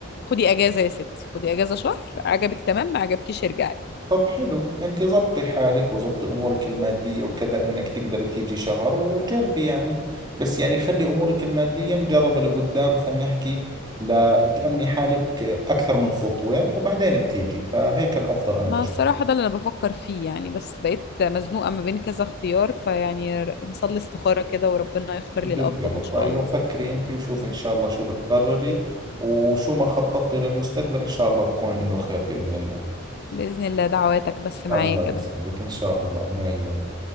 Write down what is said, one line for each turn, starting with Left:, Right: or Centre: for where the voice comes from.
Left: خدي اجازة يا ستي خدي اجازة شهر عجبك تمام ما عجبكيش ارجعي
Right: طب حلو انت ضبطي حالك وضبطي امورك الماديه وكذا انك تقدري تيجي شهر وجربي يعني بس يعني خلي امورك الماديه مجربه لقدام خلينا نحكي لا تامني حالك اكثر من خطوه وبعدين بتيجي فهيك الافضل انا
Left: ما
Right: بشوف
Left: الصراحة ده اللي انا بفكر فيه يعني بس بقيت مزنوقة ما بين كذا اختيار فيعني ر- هصلي استخارة كده وربنا يختار
Right: بالضبط
Left: لي الافضل ان شاء
Right: ايوه
Left: الله
Right: فكري انت وشوفي ان شاء الله شو بتقرري وشو ما خططتي للمستقبل ان شاء الله بكون انه خير باذن الله
Left: بإذن الله دعواتك بس معايا
Right: الله
Left: كده
Right: يسعدك
Left: ان
Right: ان شاء الله من عيونك